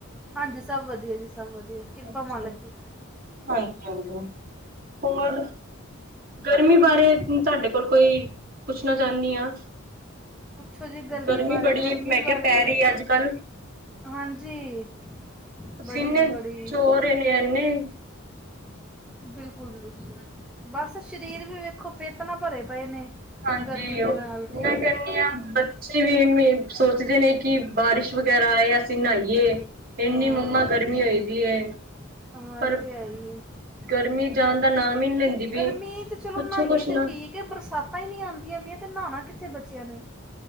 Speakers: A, in the centre; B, on the right (about 45°).
A: ਹਾਂਜੀ ਸਭ ਵਧੀਆ ਜੀ ਸਭ ਵਧੀਆ ਕਿਰਪਾ
B: ਅਛਾ
A: ਮਾਲਕ ਦੀ
B: ਹਾਂਜੀ-ਹਾਂਜੀ ਹੋਰ ਗਰਮੀ ਬਾਰੇ ਤੁਹਾਡੇ ਕੋਲ ਕੋਈ ਪੁੱਛਣਾ ਚਾਹੁੰਦੀ ਹਾਂ
A: ਪੁੱਛੋ ਜੀ
B: ਗਰਮੀ
A: ਬਾਰੇ
B: ਬੜੀ
A: ਗਰਮੀ
B: ਮੈਂ ਕਿਹਾ
A: ਬਾਰੇ
B: ਪੈ ਰਹੀ ਅੱਜ-ਕੱਲ੍ਹ
A: ਹਾਂਜੀ
B: ਪਸੀਨੇ
A: ਬੜੀ ਜੀ ਬੜੀ
B: ਚੋ ਰਹੇ ਨੇ ਇੰਨੇ
A: ਬਿਲਕੁੱਲ ਬਿਲਕੁੱਲ ਬੱਸ ਸਰੀਰ ਵੀ ਵੇਖੋ ਪਿੱਤ ਨਾਲ ਭਰੇ ਪਏ ਨੇ
B: ਹਾਂਜੀ
A: ਗਰਮੀ ਦੇ
B: ਉਹ
A: ਨਾਲ
B: ਆ ਬੱਚੇ ਵੀ ਸੋਚਦੇ ਨੇ ਕਿ ਬਾਰਿਸ਼ ਵਗੈਰਾ ਆਏ ਅਸੀਂ ਨਹਾਈਏ ਇੰਨੀ
A: ਹਾਂ
B: ਮੰਮਾ ਗਰਮੀ ਹੋਈ ਪਈ ਹੈ
A: ਹਾਂ
B: ਪਰ
A: ਤੇ ਹੈ ਹੀ
B: ਗਰਮੀ ਜਾਣ ਦਾ ਨਾਮ ਹੀ ਨੀ ਲੈਂਦੀ ਪਈ।
A: ਗਰਮੀਂ ਤੇ ਚਲੋ
B: ਪੁੱਛੋ
A: ਨਹਾਈਏ
B: ਕੁਛ ਨਾ
A: ਤੇ ਠੀਕ ਕਿ ਬਰਸਾਤਾਂ ਹੀ ਨਹੀਂ ਆਉਂਦੀਆਂ ਵੀਆਂ ਤੇ ਨਹਾਉਣਾ ਕਿੱਥੇ ਬੱਚਿਆਂ ਨੇ